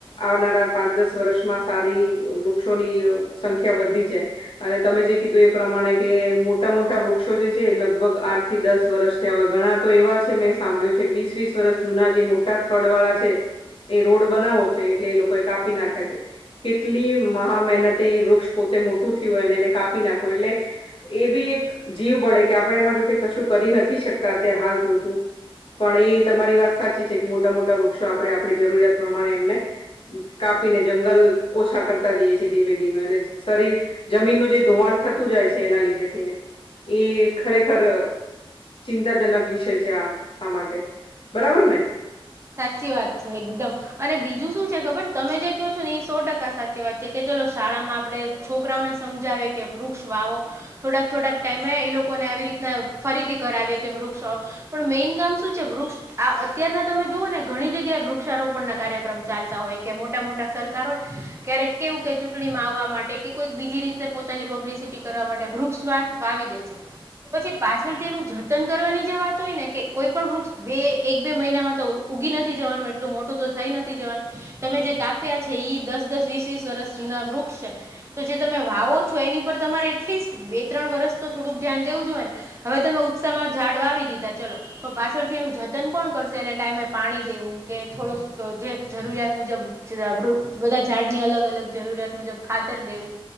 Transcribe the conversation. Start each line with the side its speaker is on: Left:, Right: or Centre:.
Left: આવનારા પાંચ-દસ વર્ષમાં સારી વૃક્ષોની સંખ્યા વધી જાય. અને તમે જે કીધું એ પ્રમાણે કે મોટા-મોટા વૃક્ષો જે છે, એ લગભગ આઠ થી દસ વર્ષ થયા હોય. ઘણા તો એવા છ છે મેં સાંભળ્યું છે, કે વીસ-વીસ વર્ષ જૂના જે મોટા થડવાળા છે એ રોડ બનાવો છે, એટલે એ લોકો એ કાપી નાખ્યા છે. કેટલી મહા મહેનતે એ વૃક્ષ પોતે મોટું થયું હોય અને એને કાપી નાખો એટલે એ બી એક જીવ બળે કે આપણે એમાં જોકે કશું કરી નથી શકતા અત્યારે હાલ પૂરતું. પણ ઈએ તમારી વાત સાચી છે, કે મોટા-મોટા વૃક્ષો આપણે આપણી જરૂરિયાત પ્રમાણે એમને કાપીને જંગલ ઓછા કરતા જઈએ છીએ ધીમે-ધીમે. અને શરી જમીનનું જે ધોવાણ થતું જાય છે, એના લીધે થઈને. એ ખરેખર ચિંતાજનક વિષય છે આ-આ માટે. બરાબર ને?
Right: સાચી વાત છે એકદમ. અને બીજું શું છે ખબર, તમે જે કયો છો ને એ સો ટકા સાચી વાત છે, કે ચલો શાળામાં આપડે છોકરાઓને સમજાવે કે વૃક્ષ વાવો થોડાક-થોડાક ટાઈમે ઈ લોકોને આવી રીતના ફરીથી કરાવે કે વૃક્ષો પણ મેઈન કામ શું છે વૃક્ષ આ અત્યારના તમે જુઓ ને ઘણી જગ્યાએ વૃક્ષારોપણના કાર્યક્રમ ચાલતા હોય કે મોટા-મોટા સરકાર હોય, ક્યારેક કેવું કે ચૂંટણીમાં આવવા માટે કે કોઈક બીજી રીતે પોતાની પબ્લિસિટી કરવા માટે વૃક્ષ વાત વાવી દે છે. પછી પાછળ તે એનું જતન કરવાની જે વાત હોય ને કે કોઈ પણ વૃક્ષ બે એક બે મહિનામાં તો ઉઊગી નથી જવાનું એટલું મોટું તો થઈ નથી જવાનું. તમે જે કાપ્યા છે ઈ દસ દસ વીસ વીસ વર્ષ જૂના વૃક્ષ છે. તો જે તમે વાવો છો એની પર તમારે એટલીસ્ટ બે ત્રણ વર્ષ તો થોડુંક ધ્યાન દવું જોઈએ ને. હવે તમે ઉત્સાહ માં ઝાડ વાવી દીધા ચલો પણ પાછળથી એનું જતન કોણ કરશે. ટાઈમે પાણી દવું કે થડો જે જરૂરિયાત મુજબ. જોગરૂત બધા ઝાડ ની અલગ અલગ જરૂરિયાત મુજબ ખાતર દેવું.